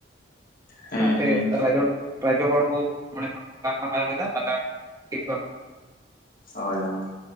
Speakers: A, on the left; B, on the right.
A: ᱦᱮᱸ
B: ᱚᱱᱟᱛᱮᱜ
A: ᱦᱮᱸ
B: ᱨᱟᱡᱚᱴ ᱨᱟᱡᱚ ᱦᱚᱲ ᱠᱚ, ᱢᱚᱬᱮ ᱦᱚᱲ ᱠᱚ ᱜᱟᱞᱢᱟᱨᱟᱣ ᱮ ᱜᱮᱫᱟ ᱞᱟᱜᱟ ᱩᱰᱩᱠ ᱠᱮᱫ ᱠᱚᱣᱟᱠ-
A: ᱦᱳᱭ ᱦᱳᱭ᱾